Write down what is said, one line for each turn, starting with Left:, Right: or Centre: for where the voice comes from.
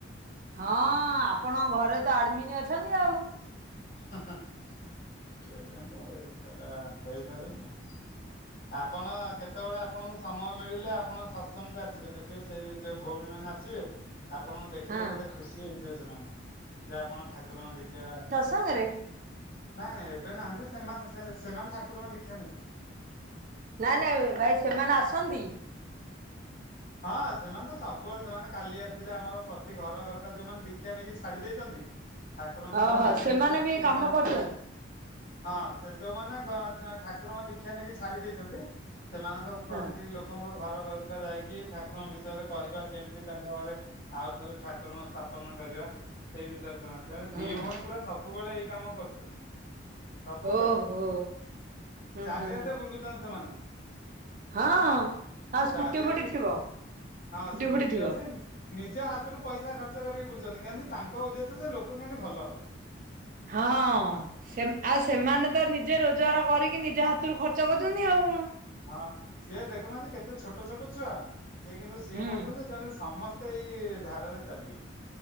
Right: ହଁ ଆପଣଙ୍କ ଘରେ ତ ଆଡମିନି ଅଛନ୍ତି ଆଉ।
Left: ହୁଁ ହୁଁ ହୁଁ ସେଇଥି ପାଇଁ ତ ଆଉ ସେଟା ହେଇପାରୁନି ଆଉ। ଆପଣ କେତେବେଳେ ଆପଣଙ୍କୁ ସମୟ ମିଳିଲେ ଆପଣ ସତସଙ୍ଗକୁ ଆସିବେ ଦେଖିବେ ସେଇ ଯୋଉ ଭୋଉଣୀ ମାନେ ଆସିବେ ଆପଣଙ୍କୁ ଦେଖିଲେ
Right: ହଁ
Left: କେତେ ଖୁସି ହେଇଯିବେ ସେମାନେ ଯେ ଆପଣ ଠାକୁରଙ୍କ ଦୀକ୍ଷା
Right: ସାଙ୍ଗରେ
Left: ନାଇଁ ନାଇଁ ଏବେ ନାହାନ୍ତି ସେମା ସେ ସେମାନେ ଠାକୁରଙ୍କ ଦୀକ୍ଷା ନେଇଛନ୍ତି ସେମାନ।
Right: ନାଇଁ ନାଇଁ ଭାଇ ସେମାନେ ଆସନ୍ତି?
Left: ହଁ ସେମାନେ ତ ସବୁବେଳେ ସେମାନେ କାଲି ଆସିଥିଲେ ଆମର ପ୍ରତି ଘର ଘରକା ଯୋଉମାନେ ଦୀକ୍ଷା ନେଇକି ଛାଡି ଦେଇଚନ୍ତି ଠାକୁରଙ୍କର
Right: ଓହୋ
Left: ନିର୍ଦ୍ଦେଶ
Right: ସେମାନେ
Left: ଆସିଛି
Right: ବି ଏଇ କାମ
Left: ଗୋଟେ ଲ୍
Right: କରୁଛନ୍ତି।
Left: ହଁ, ସେ ଯୋଉଁ ମାନେ ଗ-ଠାକୁରଙ୍କ ଦୀ କ୍ଷା ନେଇକି ଛାଡି ଦେଇଛନ୍ତି। ସେମାନଙ୍କ ପ୍ରତି
Right: ହଁ
Left: ଲୋକଙ୍କ ଘର ଘରକା ଯାଇକି, ଠାକୁରଙ୍କ ବିଷ୍ ଷୟରେ କହିବା। କେମିତି ତାଙ୍କ ଘରେ ଆଉ ଥରେ, ଠାକୁରଙ୍କ ସ୍ଥାପନ କରିବା ସେଇ ବିଷୟରେ ତମେ। ସେ
Right: ହୁଁ
Left: ଦି ଭଉଣୀ ପୁରା ସବୁବେଳେ ଏଇ କାମ କରୁଛନ୍ତି। ସବୁବେଳେ,
Right: ଓହୋ ହୁଁ
Left: ଚାରିଆଡ଼େ
Right: ହୁଁ
Left: ବୁଲୁଚନ୍ତି ସେମାନେ।
Right: ହଁ, ଆଉ
Left: ଚାରିଆଡେ
Right: ସ୍କୁଟି ଫୁଟି ଥିବ?
Left: ହଁ, ସ୍କୁଟି
Right: ଫୁଟି ଥିବ।
Left: ଅଛି। ନିଜ ହାତରୁ ପଇସା ଖର୍ଚ୍ଚ କରିକି ବୁଲୁଛନ୍ତି। କେମତି ତାଙ୍କ ଉଦ୍ଦେଶ୍ୟ ଯେ ଲୋକ କେମିତି ଭଲ ହେବେ?
Right: ହଁ। ସେମ୍ ଆ-ସେମାନେ ତ ନିଜେ ରୋଜଗାର କରିକି ନିଜେ ହାତରୁ ଖର୍ଚ୍ଚ କରୁଚନି ଆଉ।
Left: ହଁ, ସିଏ ଦେଖୁନାହାଁନ୍ତି, କେତେ ଛୋଟ ଛୋଟ ଛୁଆ। ସେ କିନ୍ତୁ ସିଏ
Right: ହୁଁ।
Left: କହୁଛନ୍ତି, ଯେ ଯେମତି ସମସ୍ତେ ତ ଏଇ ଧାରାରେ ଚାଲିବେ।